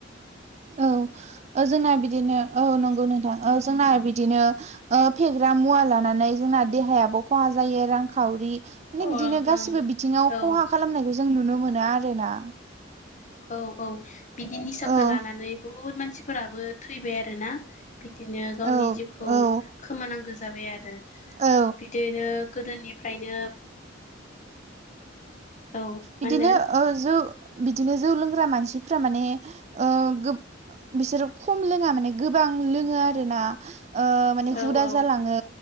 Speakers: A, on the right (about 35°); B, on the left (about 40°).
A: औ ओ जोंना बिदिनो औ नंगौ नोंथां ओ जोंना बिदिनो ओ फेग्रा मुवा लानानै जोंना देहायाबो खहा जायो। रांखावरि माने
B: ओं
A: बिदिनो गाससिबो
B: ओं
A: बिथिङाव
B: औ
A: खहा खालामनायखौ जों नुनो मोनो आरो ना
B: औ औ बिदि निसाखौ
A: औ
B: लानानै बहुद मानसिफोराबो थैबाय आरोना बिदिनो गावनि
A: औ
B: जिउखौ
A: औ
B: खोमानांगौ जाबाय आरो
A: औ
B: बिदिनो गोदोनिफ्रायनो औ मा
A: बिदिनो
B: होनदो
A: ओ जौ बिदिनो जौ लोंग्रा मानसिफोरा माने ओ गोब बिसोरो खम लोंङा माने गोबां लोंङो आरो ना ओ माने
B: औ
A: हुदा
B: औ
A: जालाङो